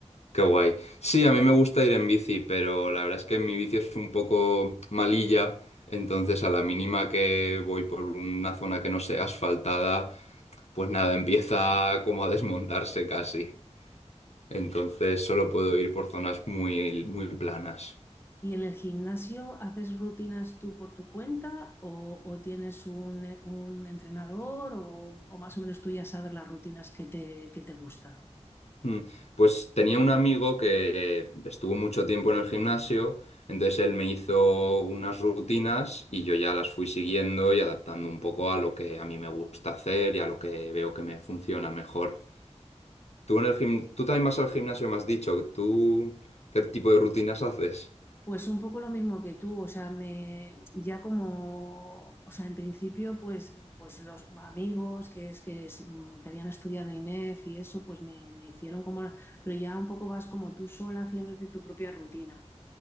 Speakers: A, on the left; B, on the left.
A: Qué guay. Sí, a mí me gusta ir en bici, pero la verdad es que mi bici es un poco malilla, entonces a la mínima que voy por una zona que no sea asfaltada, pues nada, empieza como a desmontarse casi. Entonces solo puedo ir por zonas muy, muy planas.
B: ¿Y en el gimnasio haces rutinas tú por tu cuenta o, o tienes un, un entrenador o, o más o menos tú ya sabes las rutinas que te, que te gusta
A: Mm, Pues tenía un amigo que estuvo mucho tiempo en el gimnasio, entonces él me hizo unas rutinas y yo ya las fui siguiendo y adaptando un poco a lo que a mí me gusta hacer y a lo que veo que me funciona mejor. Tú en el gim- tú también vas al gimnasio, me has dicho, ¿tú qué tipo de rutinas haces?
B: Pues un poco lo mismo que tú, o sea, me ya como, o sea, en principio, pues, pues los amigos que es que es, mm, te habían estudiado INEF y eso, pues me, me hicieron como, la- pero ya un poco vas como tú sola haciéndote tu propia rutina.